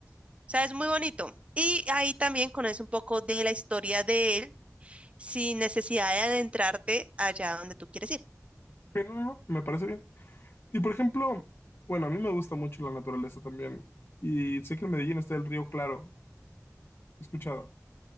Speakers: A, on the right; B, on the left.
A: O sea, es muy bonito. Y ahí también conoces un poco de la historia de él sin necesidad de adentrarte allá donde tú quieres ir.
B: Ok, no, no, no, me parece bien. Y por ejemplo, bueno, a mí me gusta mucho la naturaleza también. Y sé que en Medellín está el río Claro, he escuchado.